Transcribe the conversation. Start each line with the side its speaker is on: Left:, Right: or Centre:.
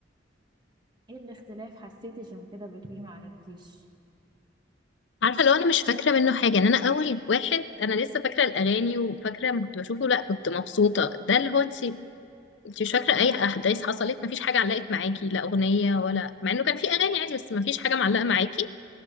Right: ايه الاختلاف حسيتي عشان كده بتقولي ما عجبكيش
Left: عارفة لو أنا مش فاكرة منه حاجة إن أنا أول واحد أنا لسه فاكرة الأغاني وفاكرة ما كنت بشوفه لا كنت مبسوطة ده اللي هو أنت انت مش فاكره اي احداث حصلت مفيش حاجه علقت معاكي لا اغنيه ولا مع انه كان في اغاني عادي بس مفيش حاجه معلقه معاكي